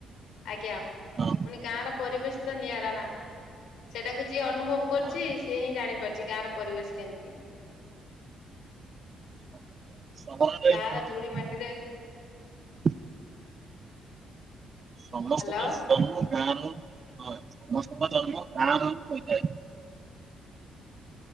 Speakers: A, on the left (about 80°); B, on the right (about 40°).
A: ଆଜ୍ଞା ମୁଁ
B: ହଁ
A: କହିଲି ଗାଁ ର ପରିବେଶ ତ ନିଆରା ନା। ସେଟାକୁ ଯିଏ ଅନୁଭବ କରଛି
B: ହଁ
A: ସିଏ ହିଁ ଜାଣିପାରୁଛି ଗାଁ ର ପରିବେଶ କେମିତି।
B: <unintelligible>
A: ଗାଁ ର ଧୂଳି ମାଟିରେ
B: ସମସ୍ତ
A: ହ୍ୟାଲୋ
B: ଙ୍କ ଜନ୍ମ ସମସ୍ତ ଙ୍କ ଜନ୍ମ ଗାଁରେ ହିଁ ହୋଇଥାଏ।